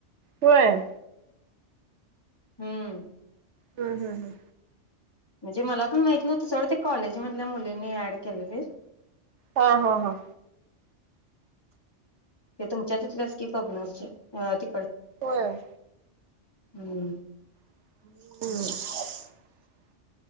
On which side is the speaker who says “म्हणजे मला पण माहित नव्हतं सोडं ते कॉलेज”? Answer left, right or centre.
Left